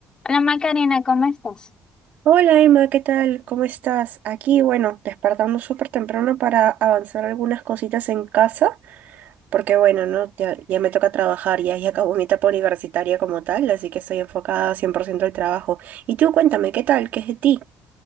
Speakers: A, on the left (about 25°); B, on the right (about 65°).
A: Hola Macarena, ¿cómo estás?
B: Hola Emma, ¿qué tal? ¿Cómo estás? Aquí, bueno, despertando súper temprano para avanzar algunas cositas en casa, porque bueno, ¿no? Ya, ya me toca trabajar, ya, ya acabó mi etapa universitaria como tal, así que estoy enfocada 100% al trabajo. Y tú cuéntame, ¿qué tal? ¿Qué es de ti?